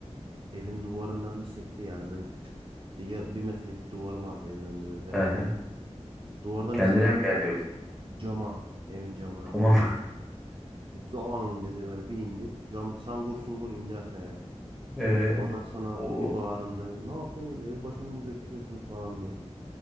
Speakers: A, on the right; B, in the centre.
A: evin duvarından bir sekti. Yani böyle küçük yar- bir metrelik bir duvarı vardı evin önünde böyle veranda
B: Aha.
A: gibi. Duvardan
B: Kendine
A: bir sekti
B: mi geldi yoksa?
A: cama. Evin camına
B: Tamam.
A: kuzenin.
B: <laughs>
A: Zoang dedi böyle bir indi. Cam sangur sungur indi aşağıya.
B: Eee,
A: Ondan sonra
B: o.
A: bir bağırındı. Ne yapıyorsunuz? Evi başıma mı götürüyorsunuz falan diye.